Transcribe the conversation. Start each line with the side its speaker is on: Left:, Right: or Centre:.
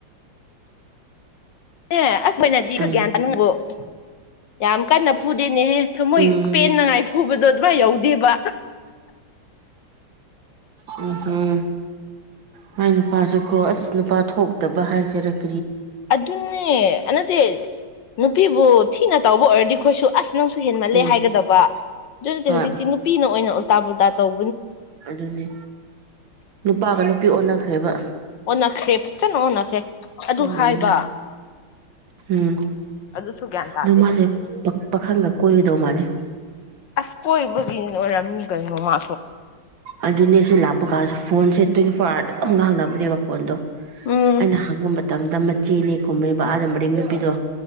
Left: ꯑꯦ ꯑꯁ ꯃꯣꯏꯅꯥꯗꯤ ꯈꯔꯥ
Right: ꯎꯝ
Left: ꯒ꯭ꯌꯥꯟ ꯇꯥꯅꯤꯡꯕꯣ <inaudible> ꯌꯥꯝ ꯀꯟꯅ ꯐꯨꯗꯦꯅꯦꯍꯦ ꯊꯃꯣꯏ
Right: ꯎꯝ
Left: ꯄꯦꯟꯅꯉꯥꯏ ꯐꯨꯕꯗꯣ ꯑꯗꯨꯃꯥꯏ ꯌꯧꯗꯦꯕ
Right: ꯎꯝꯍꯝ ꯃꯥꯏ ꯅꯨꯄꯥꯁꯨꯀꯣ ꯑꯁ ꯅꯨꯄꯥ ꯊꯣꯛꯇꯕ ꯍꯥꯏꯖꯔꯛ
Left: ꯑꯗꯨꯅꯦ ꯅꯠꯇꯦ ꯅꯨꯄꯤꯕꯨ ꯊꯤꯅꯥ ꯇꯧꯕ ꯑꯣꯏꯔꯗꯤꯈꯣꯏꯁꯨ ꯑꯁ ꯅꯪꯁꯨ ꯍꯦꯟꯃꯠꯂꯦ
Right: ꯎꯝ
Left: ꯍꯥꯏꯒꯗꯕ ꯑꯗꯨꯗꯤ
Right: ꯍꯣꯏ
Left: ꯍꯧꯖꯤꯛꯇꯤ ꯅꯨꯄꯤꯅ ꯑꯣꯏꯅ ꯑꯣꯟ ꯇꯥꯕꯨ ꯇꯥ ꯇꯧ
Right: ꯑꯗꯨꯅꯦ ꯅꯨꯄꯥꯒ ꯅꯨꯄꯤ ꯑꯣꯟꯅꯈ꯭ꯔꯦꯕ
Left: ꯑꯣꯟꯅꯈ꯭ꯔꯦ ꯐꯖꯅ ꯑꯣꯟꯅꯈ꯭ꯔꯦ ꯑꯗꯨ
Right: ꯎꯝ
Left: ꯍꯥꯏꯕ
Right: ꯎꯝ
Left: ꯑꯗꯨꯁꯨ ꯒ꯭ꯌꯥꯟ ꯇꯥꯗꯦ
Right: ꯑꯗꯣ ꯃꯥꯁꯦ ꯄꯥꯈꯪꯒ ꯀꯣꯏꯒꯗꯧ ꯃꯥꯜꯂꯦ
Left: ꯑꯁ ꯀꯣꯏꯕꯒꯤ ꯑꯣꯏꯔꯝꯃꯤ ꯀꯩꯅꯣ ꯃꯥ
Right: ꯑꯗꯨꯅꯦꯁꯨ ꯂꯥꯞꯄꯥ ꯀꯥ ꯐꯣꯟꯁꯦ ꯇ꯭ꯋꯦꯟꯇꯤ ꯐꯣꯔ ꯑꯋꯥꯔꯗ ꯗꯨꯃ ꯉꯥꯡꯅꯕꯅꯦꯕ ꯐꯣꯟꯗꯣ
Left: ꯎꯝ
Right: ꯑꯩꯅ ꯍꯪꯕ ꯃꯇꯝꯗ ꯃꯆꯦꯅꯦ ꯈꯨꯝꯃꯦꯕ ꯑꯥꯗ ꯃꯔꯤꯡ ꯅꯨꯄꯤꯗꯣ